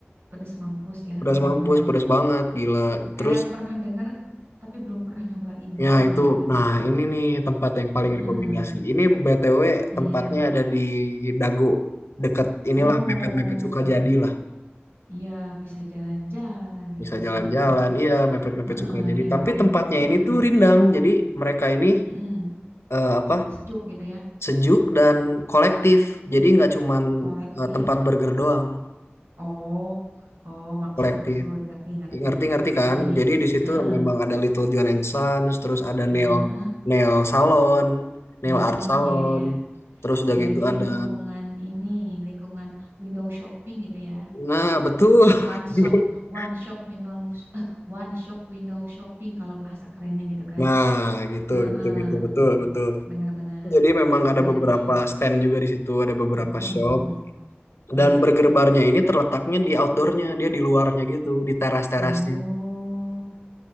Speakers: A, on the right; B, on the left.
A: pedes mampus ya.
B: Pedas
A: Heeh,
B: mampus,
A: benar bener
B: pedas banget, gila.
A: Kayak
B: Terus
A: pernah denger tapi belum pernah nyobain nih.
B: Ya
A: Boleh,
B: itu,
A: boleh, boleh,
B: nah
A: boleh.
B: ini nih tempat yang paling
A: Heeh,
B: rekomendasi. Ini BTW
A: iya.
B: tempatnya ada di Dago, dekat inilah
A: Oh,
B: mepet-mepet Sukajadi lah.
A: iya bisa jalan-jalan nih
B: Bisa jalan-jalan,
A: sambil kayak,
B: iya mepet-mepet
A: heeh,
B: Sukajadi.
A: hangout-hangout.
B: Tapi tempatnya
A: Heeh,
B: ini tuh rindang, jadi mereka ini
A: heeh.
B: eh, apa
A: Sejuk gitu ya,
B: sejuk dan kolektif. Jadi nggak cuman
A: kolektif.
B: eh, tempat burger doang,
A: Oh, oh maksud
B: kolektif.
A: maksud ngerti ngerti.
B: Ngerti-ngerti kan?
A: Jadi,
B: Jadi di situ
A: heeh,
B: memang ada Little John and Sons, terus ada
A: heeh.
B: nail nail salon,
A: Hmm,
B: nail art salon.
A: ya ya ya.
B: Terus udah
A: Jadi
B: gitu ada
A: lingkungan ini, lingkungan window shopping gitu ya.
B: Nah, betul.
A: One shop,
B: <laughs>
A: one shop window, eh, one shop window shopping kalau bahasa kerennya gitu kan.
B: Nah, gitu
A: Heeh.
B: gitu gitu betul betul.
A: benar-benar.
B: Jadi memang ada
A: Jadi,
B: beberapa stand juga di situ, ada beberapa
A: mm-mm,
B: shop
A: mm-mm. Iya
B: dan
A: ya.
B: burger barnya ini terletaknya di outdoornya, dia di luarnya gitu, di teras-terasnya.
A: Oh,